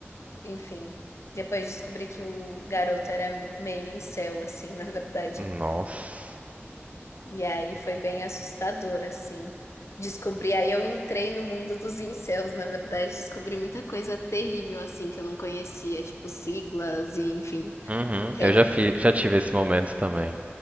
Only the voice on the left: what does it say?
enfim, depois descobri que o garoto era meio incel assim, <laughs> na verdade.
E aí foi bem assustador, assim. Descobri, aí eu entrei no mundo dos incels, na verdade, descobri muita coisa terrível, assim, que eu não conhecia, tipo siglas e enfim.
Red...